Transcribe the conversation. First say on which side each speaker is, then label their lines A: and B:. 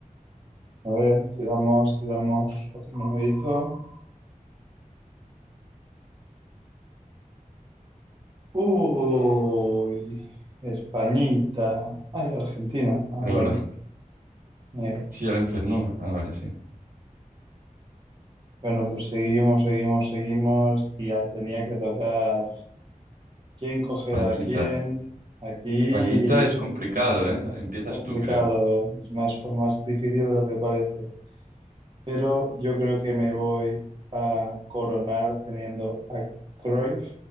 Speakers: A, on the right; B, on the right.
A: A ver, tiramos, tiramos otro numerito. Uy, Españita. Ay, Argentina. Ah,
B: Creo
A: bueno. Mira,
B: Sí, al enfermo. Ah, vale, sí.
A: Bueno, pues seguimos, seguimos, seguimos. Y Ya tenía que tocar quién coger
B: Pañita.
A: a quién. Aquí
B: Pañita es complicado, ¿eh? Empiezas
A: complicado,
B: tú, creo.
A: es más, fue más difícil de lo que parece. Pero yo creo que me voy a coronar teniendo a Cruyff